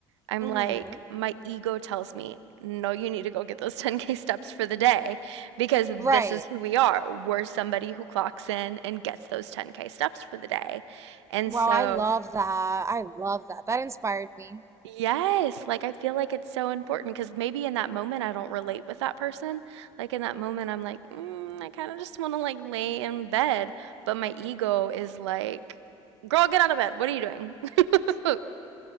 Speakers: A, on the right; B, on the right.
A: I'm
B: hmm
A: like, my ego tells me, no, you need to go get those <laughs> 10K steps for the day because this
B: Right.
A: is who we are. We're somebody who clocks in and gets those 10K steps for the day. And
B: Wow,
A: so,
B: I love that. I love that. That inspired me.
A: yes, like I feel like it's so important because maybe in that moment I don't relate with that person. Like in that moment, I'm like, mm, I kind of just want to like lay in bed. But my ego is like, girl, get out of bed. What are you doing? <laughs>